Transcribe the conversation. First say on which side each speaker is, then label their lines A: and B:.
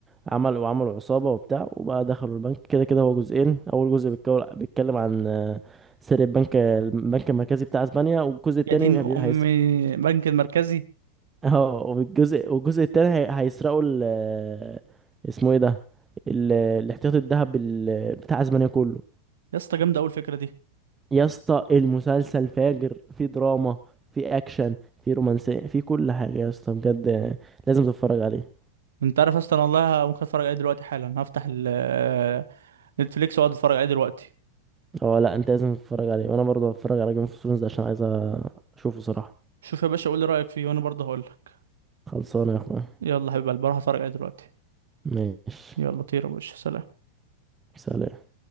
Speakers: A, on the right; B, on the right.
A: عمل وعملوا عصابة وبتاع وبقى دخلوا البنك كده كده هو جزئين أول جزء بيتكو- بيتكلم عن آه، سرقة بنك البنك المركزي بتاع أسبانيا والجزء التاني
B: يا دين امي
A: بي- هيسرق
B: بنك المركزي
A: <laughs> اه والجزء والجزء التاني هي... هيسرقوا ال آه، اسمه ايه ده ال... الاحتياطي الذهب ال... بتاع أسبانيا كله
B: يا اسطى جامدة قوي الفكرة دي
A: يا اسطى المسلسل فاجر في دراما في أكشن في رومانسية في كل حاجة يا اسطى بجد آه، لازم تتفرج عليه
B: انت عارف اصلا والله ممكن اتفرج عليه دلوقتي حالا هفتح ال- آه، نتفليكس واقعد اتفرج عليه دلوقتي
A: اه لا انت لازم تتفرج عليه وانا برضه هتفرج على جيم اوف ثرونز عشان عايز اشوفه صراحة
B: شوف يا باشا قول لي رايك فيه وانا برضه هقول لك
A: خلصانة يا اخويا
B: يلا حبيب قلبي هروح اتفرج عليه دلوقتي
A: ماشي
B: يلا طير يا باشا سلام
A: سلام